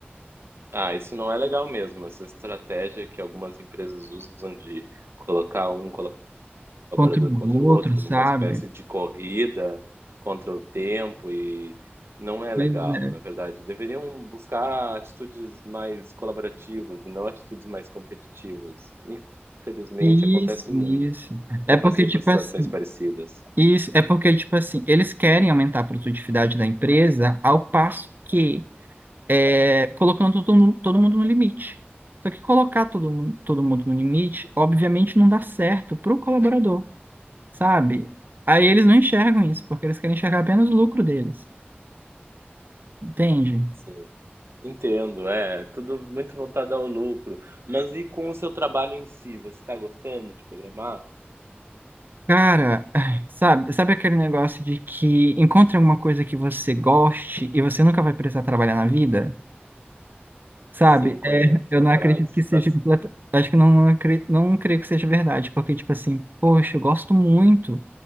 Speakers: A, on the right; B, on the right.
A: Ah, isso não é legal mesmo. Essa estratégia que algumas empresas usam de colocar um colaborador
B: Contra o
A: contra o
B: outro,
A: outro,
B: sabe?
A: numa espécie de corrida contra o tempo e não é legal,
B: Pois é.
A: na verdade. Deveriam buscar atitudes mais colaborativas e não atitudes mais competitivas. Infelizmente
B: Isso,
A: acontece muito.
B: isso. É
A: Já
B: porque,
A: passei
B: tipo
A: por situações
B: assim,
A: parecidas.
B: isso, é porque, tipo assim, eles querem aumentar a produtividade da empresa ao passo. que é, colocando todo, mu- todo mundo no limite. Só que colocar todo, mu- todo mundo no limite, obviamente, não dá certo para o colaborador, sabe? Aí eles não enxergam isso, porque eles querem enxergar apenas o lucro deles, entende?
A: Sim. Entendo, é tudo muito voltado ao lucro. Mas e com o seu trabalho em si, você está gostando de programar?
B: Cara, ai, sabe, sabe aquele negócio de que encontre alguma coisa que você goste e você nunca vai precisar trabalhar na vida? Sabe?
A: Sim, conheço
B: É,
A: essa
B: eu não
A: frase.
B: acredito que seja
A: Tá
B: completa. Acho que não, acre- não creio que seja verdade, porque, tipo assim, poxa, eu gosto muito.